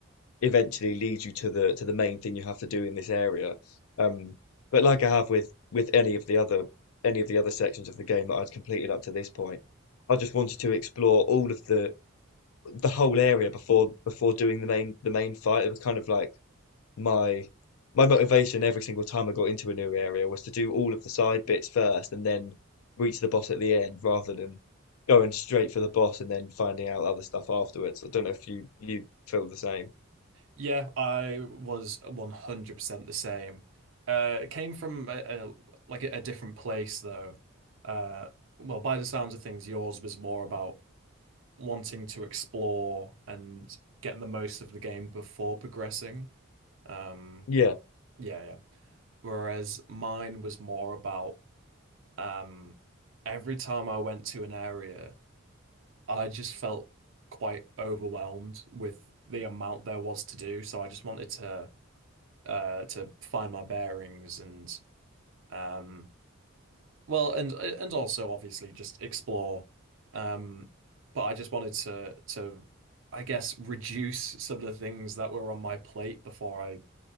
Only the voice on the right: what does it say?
Yeah, I was 100% the same. Uh it came from a, a like a, a different place though. Uh well, by the sounds of things, yours was more about wanting to explore and get the most of the game before progressing. Um
yeah, yeah. Whereas mine was more about um every time I went to an area I just felt quite overwhelmed with the amount there was to do, so I just wanted to uh to find my bearings and um well and and also obviously just explore. Um but I just wanted to to I guess reduce some of the things that were on my plate before I